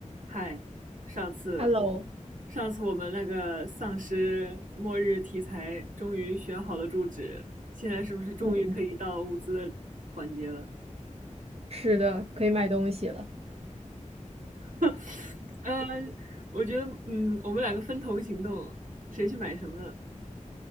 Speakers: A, on the right; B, on the right.
A: 嗨，上次
B: Hello，
A: 上次我们那个丧尸末日题材终于选好了住址，现在是不是终于可以到物资的环节了？
B: 嗯，是的，可以买东西了。
A: <laughs> 嗯，我觉得，嗯，我们两个分头行动，谁去买什么呢